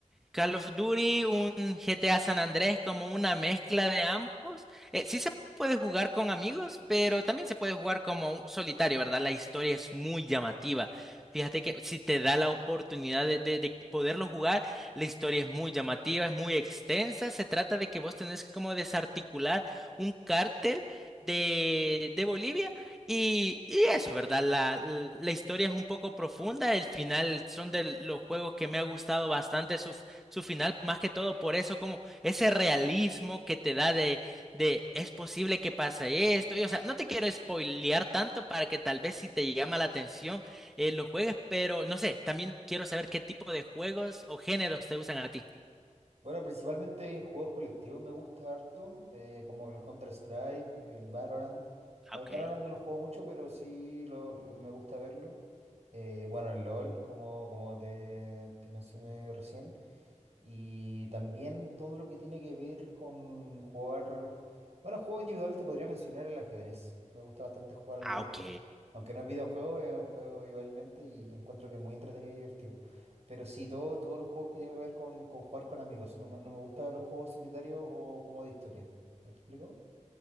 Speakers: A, in the centre; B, on the right.
A: Call of Duty, un GTA San Andrés, como una mezcla de ambos. Eh, sí se puede jugar con amigos, pero también se puede jugar como un solitario, ¿verdad? La historia es muy llamativa. Fíjate que si te da la oportunidad de, de- de poderlo jugar, la historia es muy llamativa, es muy extensa. Se trata de que vos tenés como desarticular un cártel de, de Bolivia y, y eso, ¿verdad? La, la historia es un poco profunda. El final son de los juegos que me ha gustado bastante su su final, más que todo por eso, como ese realismo que te da de, de es posible que pase esto. Y, o sea, no te quiero spoilear tanto para que tal vez si te llama la atención eh, lo juegues, pero no sé, también quiero saber qué tipo de juegos o géneros te gustan a ti.
B: Bueno, principalmente juegos colectivos me gusta harto, eh, como el Counter-Strike, el Valorant. Bueno,
A: Ah, ok.
B: Valorant no lo juego mucho, pero sí lo, me gusta verlo. Eh, bueno, el LOL, como, como te, te mencioné recién. Y también todo lo que tiene que ver con jugar. Bueno, juegos individuales te podría mencionar el ajedrez. Me gusta bastante jugar al
A: Ah,
B: ajedrez.
A: ok.
B: Aunque no es videojuego, es un juego igualmente y encuentro que es muy entretenido y divertido. Pero sí, todo, todos los juegos que tienen que ver con, con jugar con amigos. No me, no me gustan los juegos solitarios o como de historia. ¿Me explico?